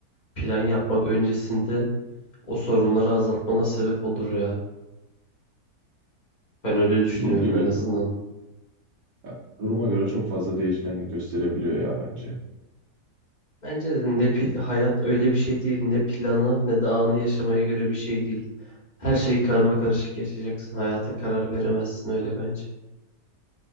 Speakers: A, on the left; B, on the right.
A: plan yapmak öncesinde o sorunları azaltmana sebep olur ya. Ben öyle düşünüyorum
B: Dediğim gibi
A: en azından.
B: ya, duruma göre çok fazla değişkenlik gösterebiliyor ya bence.
A: Bence de ne pil- hayat öyle bir şey değil, ne planı ne de anı yaşamaya göre bir şey değil. Her şeyi karma karışık yaşayacaksın. Hayata karar veremezsin öyle bence.